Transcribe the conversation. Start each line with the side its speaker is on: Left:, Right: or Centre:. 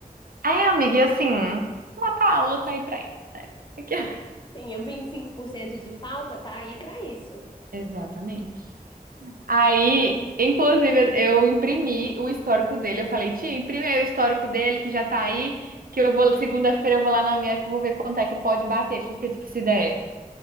Right: é amiga, e assim, uma aula tá aí pra isso, né? Aqui- ó.
Left: rapidinho, vinte e cinco por cento de falta tá aí pra isso.
Right: <laughs> Exatamente. Aí, inclusive, eu imprimi o histórico dele. Eu falei, tia, imprime aí o histórico dele, que já tá aí, que eu vou, segunda-feira eu vou lá na Unesp, vou ver quanto é que pode bater, porque, tipo, se der.